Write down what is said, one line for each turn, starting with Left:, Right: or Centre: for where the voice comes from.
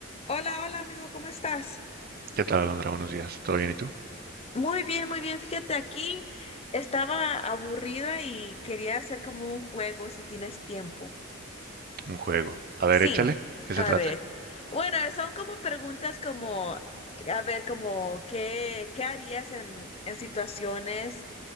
Left: Hola, hola amigo, ¿cómo estás?
Right: ¿Qué tal, Alondra? Buenos días. ¿Todo bien y tú?
Left: Muy bien, muy bien. Fíjate, aquí estaba aburrida y quería hacer como un juego si tienes tiempo.
Right: Un juego. A ver,
Left: Sí,
Right: échale. ¿Qué
Left: a
Right: se trata?
Left: ver. Bueno, son como preguntas como, a ver, como, ¿qué, qué harías en, en situaciones?